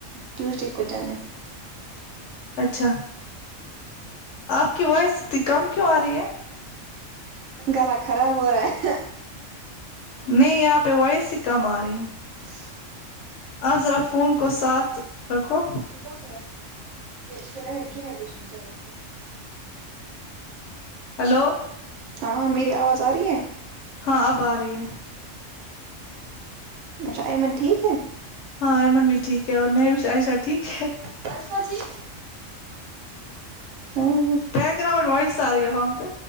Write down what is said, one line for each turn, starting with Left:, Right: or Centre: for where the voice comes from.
Right: ٹیوزڈے کو جانا ہے
Left: اچھا آپ کی وائس اتنی کم کیوں آ رہی ہے
Right: گلا خراب ہو رہا ہے
Left: نہیں یہاں پہ وائس ہی کم آ رہی ہے
Right: سے
Left: آپ ذرا فون کو ساتھ رکھو
Right: <unintelligible> بہت سائڈریشن ہوا
Left: ہلو
Right: ہاں ہاں میری آواز آ رہی ہے
Left: ہاں اب آ رہی ہے
Right: اچھا ایمن ٹھیک ہے
Left: ہاں ایمن بھی ٹھیک ہے اور میں بھی شائشہ ٹھیک ہے
Right: بس باجی ہاں
Left: بیک گراؤنڈ وائز آرہی ہے وہاں پہ